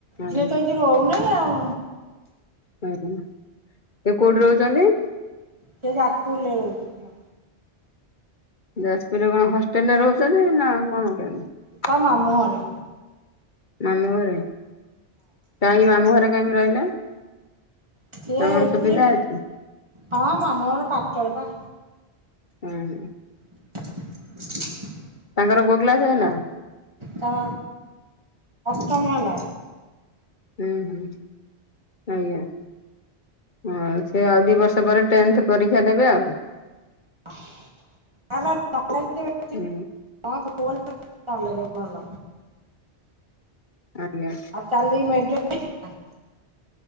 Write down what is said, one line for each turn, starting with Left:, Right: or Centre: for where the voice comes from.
Left: ଆଜ୍ଞା
Right: ଯିଅ ତ ଏଠି ରହୁନେଇ ଆଉ।
Left: ସେ କୋଉଠି ରହୁଛନ୍ତି?
Right: ସେ ଯାଜପୁରରେ ରହୁଛି ଝିଅ।
Left: ଯାଜପୁରରେ କଣ ହଷ୍ଟେଲ ରେ ରହୁଛନ୍ତି ନା କଣ କେମତି?
Right: ମାମୁଘରେ।
Left: ମାମୁଁ ଘରେ କାହିଁକି ମାମୁଁ ଘରେ କାହିଁକି ରହିଲେ?
Right: ସେ
Left: ତମର
Right: ଏଇଠି
Left: ସୁବିଧା ଅଛି
Right: ହଁ ମାମୁଁଘର ପାଖରେ ପା।
Left: ହୁଁ ହୁଁ।
Right: <inaudible>
Left: ତାଙ୍କର କଉ କ୍ଲାସ ହେଲା?
Right: ତାର ଅଷ୍ଟମ ହେଲା।
Left: ହୁଁ ହୁଁ ଆଜ୍ଞା। ଆଉ ସେ ଆଉ ଦି ବର୍ଷ ପରେ ଟେନ୍ଥ ପରୀକ୍ଷା ଦେବେ ଆଉ।
Right: ତା <unintelligible>
Left: ହୁଁ।
Right: ହଁ ଭୁବନେ <inaudible> ଭଲ ଜ ଭଲ।
Left: ଆଜ୍ଞା
Right: ଆ କାଲି ମେଜ <unintelligible>